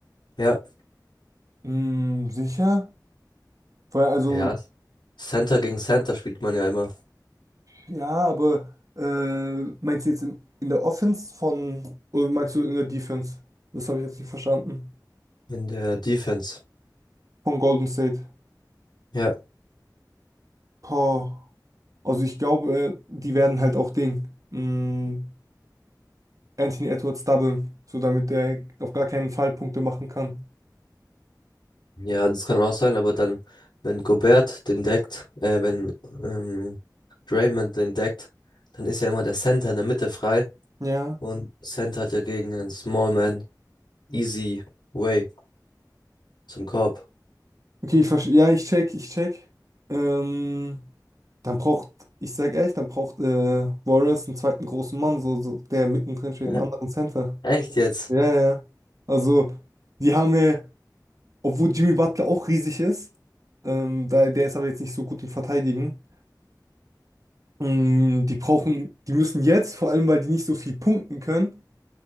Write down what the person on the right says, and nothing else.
Mm, sicher? Weil also,
ja, aber äh, meinst du jetzt in, in der Offense von, oder meinst du in der Defense? Das habe ich jetzt nicht verstanden.
Von Golden State.
Boah. Also ich glaube, äh, die werden halt auch Ding. Mh, Anthony Edwards doublen, so damit der auf gar keinen Fall Punkte machen kann.
Ja.
Okay, ich verstehe. Ja, ich check, ich check. Ähm, dann braucht, ich sag ehrlich, dann braucht äh, Warriors einen zweiten großen Mann, so, so der mittendrin
steht,
einen anderen Center.
Ja, ja. Also, die haben ja, obwohl Jimmy Butler auch riesig ist, ähm, da, der ist aber jetzt nicht so gut im Verteidigen. ähm, Die brauchen, die müssen jetzt, vor allem weil die nicht so viel punkten können,